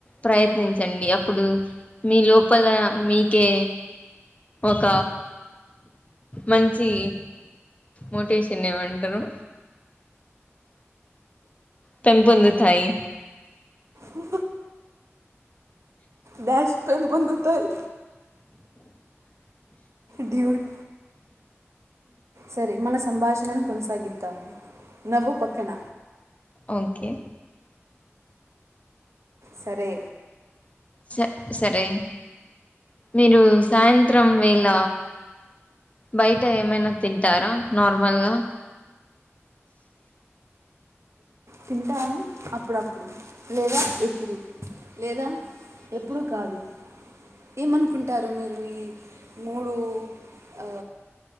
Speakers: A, on the left; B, on the right.
A: ప్రయత్నించండి. అప్పుడు మీ లోపల మీకే, ఒక మంచి మోటివేషన్ ఏమంటారు? పెంపొందుతాయి.
B: ఇ బ్యాట్స్ పెంపొదుతాయి. డ్యూడ్, సరే. మన సంభాషణను కొనసాగిద్దాం. నవ్వు పక్కన
A: ఓకె
B: సరే
A: స సరే. మీరు సాయంత్రం, వేళ బయట ఏమైనా తింటారా నార్మల్గా?
B: తింటాను అప్పుడప్పుడు. లేదా ఎప్పుడు. లేదా ఎప్పుడు కాదు. ఏమనుకుంటారు మీరు ఈ మూడు అ